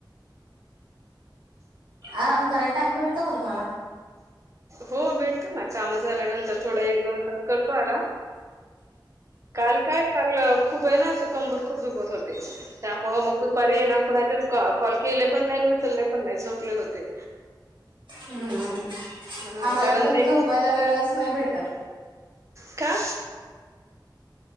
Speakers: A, on the right; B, on the right.
A: आराम कराय टाईम भेटतो का तुम्हाला?
B: हो, भेटतो ना, काम झाल्यानंतर थोडं एक, दोन तास करतो आराम. काल काय काल, खूप वेळ ना, असं कंबर खूप दुखत होती त्यामुळं मग दुपारी हे ना, कुणाचेच कॉल केले पण नाही, उचलले पण नाही, झोपले होते.
A: हम्म हम
B: हा
A: आम्हाला
B: कारण
A: तर
B: ते
A: झोपायला वेळच नाही भेटत.
B: का?